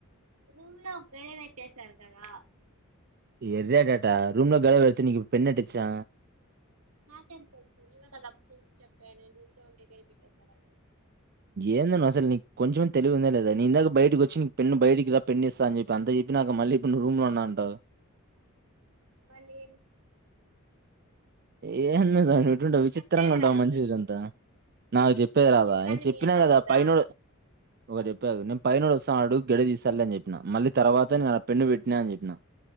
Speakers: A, on the right; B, on the right.
A: రూమ్ లో ఒకక్కడ వచ్చసారు కదా
B: ఎర్యా టాటా రూమ్ లో గలవ ఎతు నకు పెన్న అటిచ్చా
A: నాకేం తెలుసు నువే కదా అప్పటి నుంచి చెప్పావా నేను రూమ్ లో ఉండే గడి పెట్టేేశాని
B: ఏంద అస నీ కొంచమే తెలివి ఉందా లేదా నీ ఇాక బయటకి వచ్చి పెు బయటికి రాలా పెన్ని ఇస్తా అని చెప్పి అంత చెప్ప నాక మళ్ళీ ఇప్పుడు రూమ్ లో ఉన్నా అంటావు
A: మళ్ళీను
B: ఏ అన్మజ
A: చెప్
B: ఎటుంటావు
A: నీకు
B: విచిత్రంగా
A: చెప్పేది
B: ఉంటావు
A: రాదు
B: మంచిరంతా
A: ఫస్ట్
B: నాకు చెప్పేది
A: నీ
B: రాదా
A: చిత్రాన్ని
B: నేను చెప్పినాను
A: మీయాలా
B: కదా
A: వద్దా
B: పైనడు ఒకే చెప్పేది విను పైనోడు వస్తాన్నాడు గేడి తీస్తాడు లే అని చెప్పిన మల్లి తర్వాత నేను పెన్ను పెట్టిన అ చెప్పిన